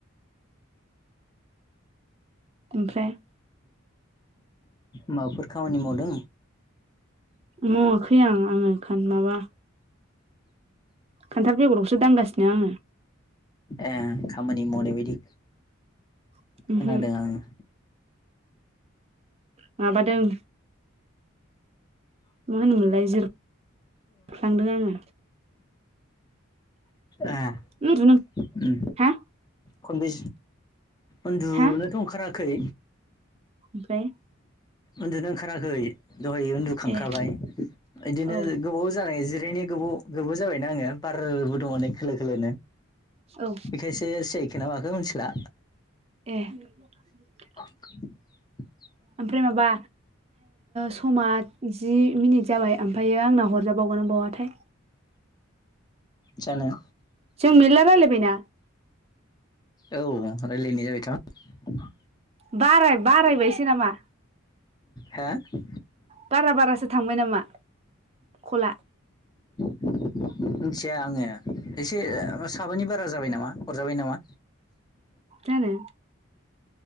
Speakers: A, on the right (about 30°); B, on the left (about 20°).
A: ओमफ्राय।
B: माबाफोर खामानि मावदों।
A: मावाखै आं आङो खान माबा। खान्थाल बेगरखौसो दांगासिनो आङो।
B: ए खामानि मावनायबायायदि
A: आङो
B: खोनादों आङो।
A: माबादों। मा होनोमोनलाय जिर ख्लांदों आङो।
B: ए
A: उन्दुनो हा
B: खन बै। उन्दुनोथ
A: हा
B: ओंखाराखै।
A: ओमफ्राय
B: उन्दुनो ओंखाराखै। दहाय उन्दुखांखाबाय
A: ए
B: बिदिनो
A: औ
B: गोबाव जानाय जिरायनाय गोबाव गोबाव जाबाय। आङो बारबो दङ नै खोलो - खोलो
A: औ
B: बेखायसो सियायखोना माखो ना। नों मिनथिला।
A: <unintelligible>
B: <unintelligible>
A: ओमफ्राय माबा समा जि मिनिट जाबाय ओमफ्रायायो आंना हरजा। बावगोन बावाथाय।
B: जानो।
A: जों मेरला रायलायबायना
B: औ रायलायनाय जाबाय थ'।
A: बाराय बारायबायसो नामा।
B: हो
A: बारा- बारासो थांबाय नामा कला।
B: <unintelligible> मिथिया आङो एसे साबानि बारा जाबाय नामा हरजाबाय नामा।
A: दानो।